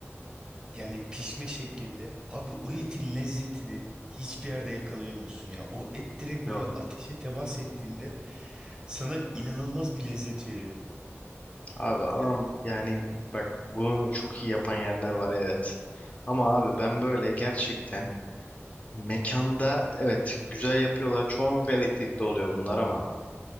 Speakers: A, on the right; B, on the left.
A: yani pişme şeklinde abi o etin lezzetini hiçbir yerde yakalayamıyorsun ya o et direkt
B: yok.
A: böyle ateşe temas ettiğinde sana inanılmaz bir lezzet veriyor.
B: Abi adam
A: Hani
B: yani bak bunu çok iyi yapan yerler var evet. Ama abi ben böyle gerçekten mekanda evet güzel yapıyorlar. Çoğunlukla elektrikli oluyor bunlar ama